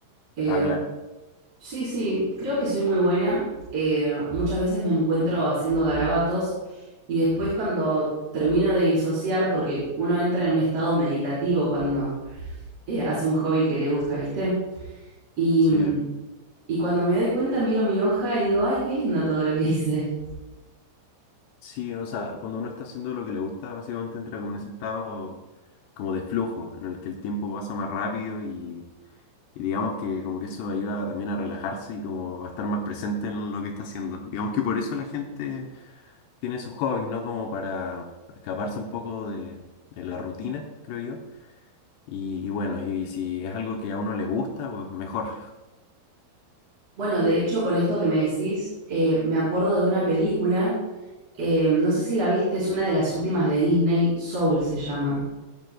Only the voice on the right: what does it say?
Eh,
sí, sí, creo que soy muy buena. Eh, muchas veces me encuentro haciendo garabatos y después cuando termino de disociar, porque uno entra en un estado meditativo cuando eh, hace un hobby que le gusta, ¿viste? Y,
y cuando me doy cuenta miro mi hoja y digo, ay, qué lindo todo lo que hice.
Bueno, de hecho, con esto que me decís, eh, me acuerdo de una película, eh, no sé si la viste, es una de las últimas de Disney, Soul se llama.